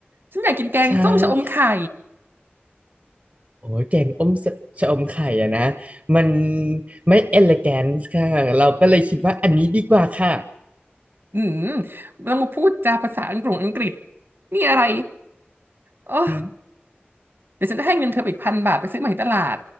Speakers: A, on the right; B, on the right.
A: ฉันอยากกินแกงส้มชะอมไข่
B: ใช่ค่ะโอ้ยแกงอมสชะอมไข่อะนะมันไม่เอล g แก n น e ค่ะเราก็เลยคิดว่าอันนี้ดีกว่าค่ะ
A: อืมต้องมาพูดจาภาษาอังกฤษอังกฤษนี่อะไรโอ้
B: อืม
A: เดี๋ยวฉันจะให้เงินเธออีกพันบาทไปซื้อมาที่ตลาด